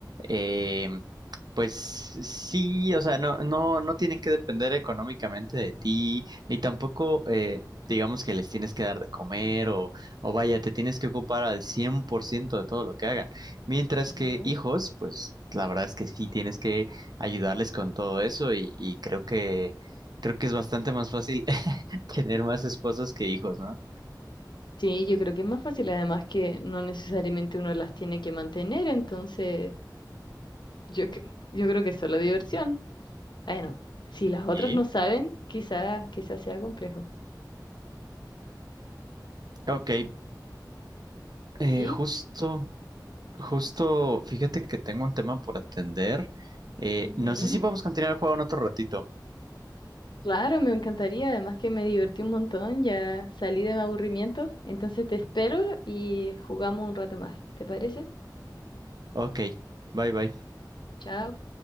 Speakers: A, on the right; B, on the left.
A: eh, pues sí, o sea, no, no, no tienen que depender económicamente de ti, ni tampoco, eh, digamos que les tienes que dar de comer o, o vaya, te tienes que ocupar al 100% de todo lo que hagan. Mientras
B: Ujú.
A: que hijos, pues la verdad es que sí tienes que ayudarles con todo eso y, y creo que, creo que es bastante más fácil <laughs> tener más esposas que hijos, ¿no?
B: Sí, yo creo que es más fácil, además que no necesariamente uno las tiene que mantener, entonces yo, cre- yo creo que es solo diversión. Bueno, si las otras
A: Y,
B: no saben, quizás quizás sea complejo.
A: ok, eh,
B: ¿Y?
A: justo, justo, fíjate que tengo un tema por atender. Eh,
B: Ujú.
A: no sé si podemos continuar el juego en otro ratito.
B: Claro, me encantaría. Además que me divertí un montón, ya salí de mi aburrimiento. Entonces te espero y jugamos un rato más. ¿Te parece?
A: Ok, bye bye.
B: Chao.